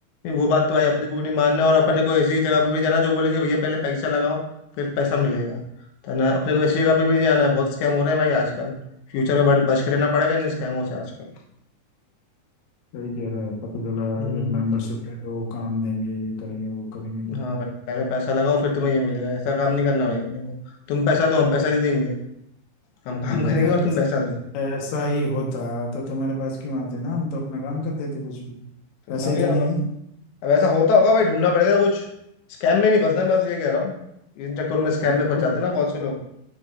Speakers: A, on the left; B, on the left.
A: नहीं वो बात तो भाई अपने को भी नहीं मानना और अपने को ऐसी जगह पे भी जाना जो बोलेंगे भैया पहले पैसा लगाओ फिर पैसा मिलेगा तो ना अपने को ऐसी जगह पे भी नहीं जाना है बहुत स्कैम हो रहे हैं भाई आजकल फ्यूचर में बच बच के रहना पड़ेगा इन स्कैमों से आजकल
B: सही कह रहा है पता चला
A: हम्म,
B: मेंबरशिप ले लो काम देंगे ये करेंगे वो करेंगे तो
A: हाँ भाई पहले पैसा लगाओ फिर तुम्हें ये मिलेगा ऐसा काम नहीं करना भाई अपने को तुम पैसा दो हम पैसा नहीं देंगे हम काम
B: सही बात
A: करेंगे
B: है
A: और
B: पैसा
A: तुम पैसा दो
B: पैसा ही होता तो तुम्हारे पास क्यों आते ना हम तो अपना काम कर लेते कुछ भी
A: तो
B: वैसे
A: हाँ
B: ही
A: भैया
B: तो नहीं
A: अब, अब
B: है
A: अब ऐसा होता होगा भाई ढूंढना पड़ेगा कुछ स्कैम में नहीं फंसना मैं बस ये कह रहा हूँ इन चक्करों में स्कैम
B: बिल्कुल
A: में फंस जाते हैं ना बहुत से लोग